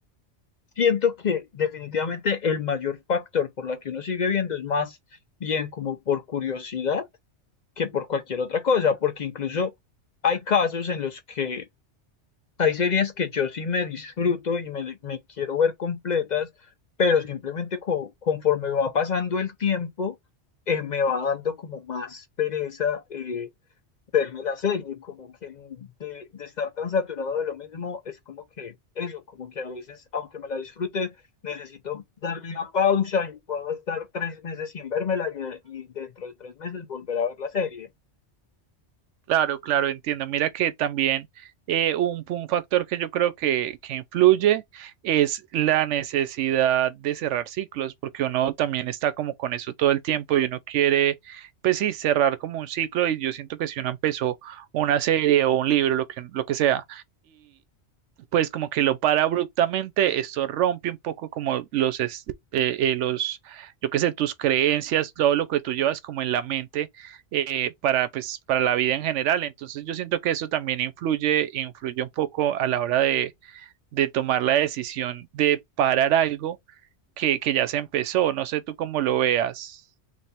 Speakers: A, on the left; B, on the right.
A: siento que definitivamente el mayor factor por la que uno sigue viendo es más bien como por curiosidad que por cualquier otra cosa, porque incluso hay casos en los que hay series que yo sí me disfruto y me, me quiero ver completas, pero simplemente co- conforme va pasando el tiempo, eh, me va dando como más pereza eh, verme la serie, como que de, de estar tan saturado de lo mismo, es como que eso, como que a veces, aunque me la disfrute, necesito darle una pausa y puedo estar tres meses sin vérmela y, y dentro de tres meses volver a ver la serie.
B: Claro, claro, entiendo. Mira que también eh, un, un factor que yo creo que, que influye es la necesidad de cerrar ciclos, porque uno también está como con eso todo el tiempo y uno quiere, pues sí, cerrar como un ciclo y yo siento que si uno empezó una serie o un libro, lo que, lo que sea, pues como que lo para abruptamente, esto rompe un poco como los, es- eh, eh, los, yo qué sé, tus creencias, todo lo que tú llevas como en la mente eh, para, pues, para la vida en general. Entonces yo siento que eso también influye, influye un poco a la hora de, de tomar la decisión de parar algo que, que ya se empezó. No sé tú cómo lo veas.